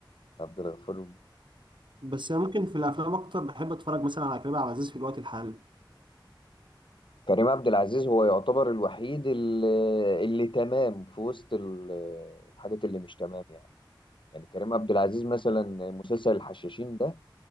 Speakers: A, on the left; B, on the right.
A: عبد الغفور
B: بس أنا ممكن في الأفلام أكتر بحب أتفرج مثلا على كريم عبد العزيز في الوقت الحالي
A: كريم عبد العزيز هو يعتبر الوحيد اللي, اللي تمام في وسط ال- الحاجات اللي مش تمام يعني يعني كريم عبد العزيز مثلا مسلسل الحشاشين ده